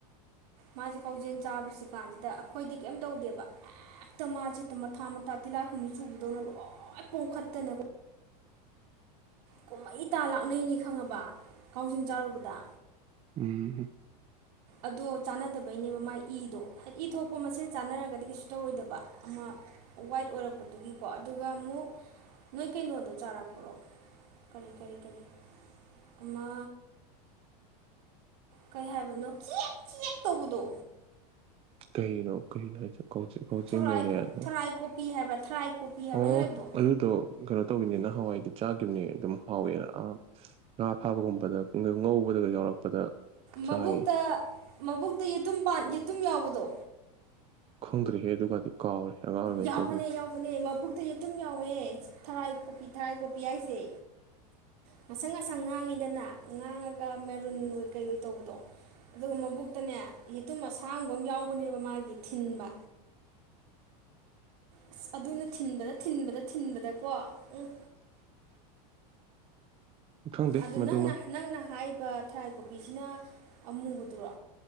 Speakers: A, on the right (about 70°); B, on the right (about 30°).
A: ꯃꯥꯖꯦ ꯀꯥꯎꯖꯦꯡ ꯆꯥꯕꯁꯤ ꯀꯥꯟꯖꯤꯗ ꯑꯈꯣꯏꯗꯤ ꯀꯩꯝ ꯇꯧꯗꯦꯕ <unintelligible> ꯍꯦꯛꯇ ꯃꯥꯖꯦ ꯍꯦꯛꯇ ꯃꯊꯥ ꯃꯊꯥ ꯇꯤꯜꯂꯥꯈꯨꯝꯕꯤ ꯆꯨꯕꯗꯧꯅ ꯂꯣꯏ ꯄꯣꯝꯈꯠꯇꯅ ꯀꯨꯝꯍꯩ ꯇꯥ ꯂꯥꯛꯅꯩꯅꯤ ꯈꯪꯉꯕ ꯀꯥꯎꯖꯦꯡ ꯆꯥꯔꯨꯕꯗ
B: ꯎꯝ
A: ꯑꯗꯣ ꯆꯥꯟꯅꯗꯕꯩꯅꯦꯕ ꯃꯥꯏ ꯏꯗꯣ ꯍꯥꯏ ꯏ ꯊꯣꯛꯄ ꯃꯁꯦꯟ ꯆꯥꯟꯅꯔꯒꯗꯤ ꯀꯩꯁꯨ ꯇꯧꯔꯣꯏꯗꯕ ꯑꯃ ꯋꯥꯏꯠ ꯑꯣꯏꯔꯛꯄꯗꯨꯒꯤꯀꯣ ꯑꯗꯨꯒ ꯑꯃꯨꯛ ꯅꯣꯏ ꯀꯩꯅꯣꯗꯣ ꯆꯥꯔꯛꯄ꯭ꯔꯣ ꯀꯔꯤ ꯀꯔꯤ ꯀꯔꯤ ꯑꯃ ꯀꯩ ꯍꯥꯏꯕꯅꯣ <unintelligible> ꯇꯧꯕꯗꯣ
B: ꯀꯩꯅꯣ ꯀꯩꯅꯣ ꯍꯥꯏꯖꯦ ꯀꯧꯖꯦꯡ ꯀꯧꯖꯦꯡ
A: ꯊꯣꯔꯥꯏ
B: ꯂꯩꯔꯦ ꯑꯗꯣ
A: ꯊꯣꯔꯥꯏ ꯀꯣꯄꯤ ꯍꯥꯏꯕ꯭ꯔꯥ ꯊꯔꯥꯏ ꯀꯣꯄꯤ ꯍꯥꯏꯕ꯭ꯔꯥ
B: ꯑꯣ
A: ꯑꯃ ꯂꯩꯕꯗꯣ
B: ꯑꯗꯨꯗꯣ ꯀꯅꯣ ꯇꯧꯋꯤꯅꯦꯅ ꯍꯋꯥꯏꯗꯤ ꯆꯥꯒꯤꯝꯅꯦ ꯑꯗꯨꯝ ꯍꯥꯎꯋꯦꯅ ꯑꯥꯝ ꯉꯥ ꯐꯥꯕꯒꯨꯝꯕꯗ ꯉꯥ ꯉꯧꯕꯗꯒ ꯌꯥꯎꯔꯛꯄꯗ
A: ꯃꯕꯨꯛꯇ
B: ꯆꯥꯏꯌꯦ
A: ꯃꯕꯨꯛꯇ ꯌꯦꯇꯨꯝꯄꯥꯟ ꯌꯦꯇꯨꯝ ꯌꯥꯎꯕꯗꯣ
B: ꯈꯪꯗ꯭ꯔꯦꯍꯦ ꯑꯗꯨꯒꯗꯤ ꯀꯥꯎꯔꯦ ꯑꯉꯥꯡ ꯑꯣꯏꯔꯤꯉꯩ
A: ꯌꯥꯎꯕꯅꯦ
B: ꯆꯧꯒꯤꯝ
A: ꯌꯥꯎ ꯕꯅꯦ ꯃꯕꯨꯛꯇ ꯌꯦꯇꯨꯝ ꯌꯥꯎꯋꯦ ꯊꯔꯥꯏ ꯀꯣꯄꯤ ꯊꯔꯥꯏ ꯀꯣꯄꯤ ꯍꯥꯏꯖꯦ ꯉꯁꯪ ꯉꯁꯪ ꯉꯥꯡꯉꯤꯗꯅ ꯉꯥꯡꯉꯒ ꯃꯔꯨꯟ ꯑꯣꯏ ꯀꯩ ꯑꯣꯏ ꯇꯧꯕꯗꯣ ꯑꯗꯨꯒ ꯃꯕꯨꯛꯇꯅꯦ ꯌꯦꯇꯨꯝ ꯑꯁꯥꯡꯕ ꯑꯝ ꯌꯥꯎꯕꯅꯦꯕ ꯃꯥꯒꯤ ꯊꯤꯟꯕ ꯑꯁ ꯑꯗꯨꯅ ꯊꯤꯟꯕꯗ ꯊꯤꯟꯕꯗ ꯊꯤꯟꯕꯗꯀꯣ ꯎꯝ
B: ꯈꯪꯗꯦ
A: ꯑꯗꯨ
B: ꯃꯗꯨꯃ
A: ꯅꯪꯅ ꯅꯪꯅ ꯍꯥꯏꯔꯤꯕ ꯊꯔꯥꯏ ꯀꯣꯛꯄꯤꯁꯤꯅ ꯑꯃꯨꯕꯗꯨꯔꯣ